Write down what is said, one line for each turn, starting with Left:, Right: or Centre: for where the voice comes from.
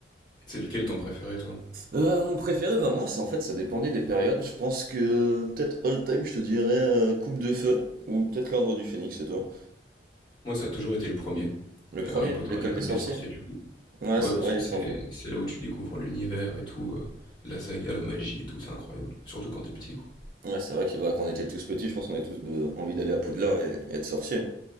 Left: C'est lequel ton préféré, toi?
Right: Euh, mon préféré vraiment, c'est en fait ça dépendait des périodes. Je pense que peut-être all time, je te dirais euh, Coupe de Feu ou peut-être l'Ordre du Phénix, c'est toi.
Left: Moi, ça a toujours été le premier,
Right: Le premier,
Left: euh, Harry Potter
Right: l'école
Left: à l'école
Right: des sorciers.
Left: des sorciers, du coup.
Right: Ouais,
Left: Bah
Right: c'est
Left: ouais, parce
Right: vrai,
Left: que
Right: il
Left: c'est
Right: est sympa.
Left: c'est là où tu découvres l'univers et tout, euh, la saga, la magie et tout, c'est incroyable. Surtout quand t'es petit, quoi.
Right: Ouais, c'est vrai que bah, quand on était tous petits, je pense qu'on avait tous euh, envie d'aller à Poudlard et, et être sorcier. hein.